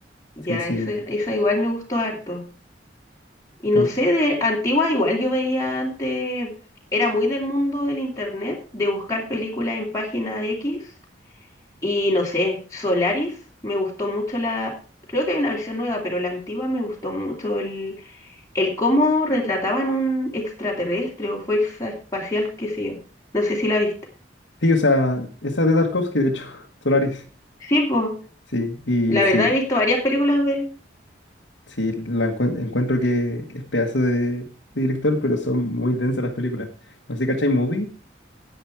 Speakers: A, on the left; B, on the left.
A: Ya,
B: sí, sí.
A: esa, esa igual me gustó harto. Y
B: ¿Te
A: no
B: gust-
A: sé, de antigua igual yo veía antes, era muy del mundo del internet, de buscar películas en página X. Y no sé, Solaris, me gustó mucho la, creo que hay una versión nueva, pero la antigua me gustó mucho el, el cómo retrataban un extraterrestre o fuerza espacial que sí. No sé si la viste.
B: Sí, o sea, esa de Tarkovsky, de hecho, <laughs> Solaris.
A: Sí, pues,
B: Sí, y
A: la
B: sí,
A: verdad he visto varias películas de él.
B: sí, la encuen- encuentro que es pedazo de, de director, pero son muy densas las películas. No sé, ¿cachai Movie?